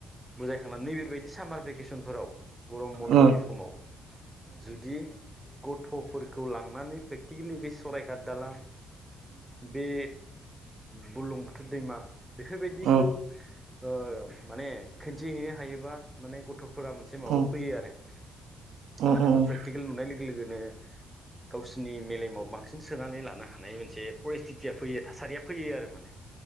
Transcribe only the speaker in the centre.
बुजायखांनानै नैबेबायदि सामार बेेके बेकेसनफोराव गरम बन्द'नि
समाव जुदि गथ'फोरखौ लांनानै प्रेक्टिकेलि बे सरायकाट दालां बे बुर्लुंबुथुर दैमा बेफोरबायदिखौ
ओ माने खोनन्थिहैनो हायोबा माने गथ'फोरा मोन
माबायाव फैयो आरो मानो
होनना
बो प्रेकटिकेल नुनाय लोगो लोगोनो गावसिरनि मेलेमाव बांसिन सोनानै लानो हानाय मोनसे परिस्थिथिया फैयो थासारिया फैयो आरो माने।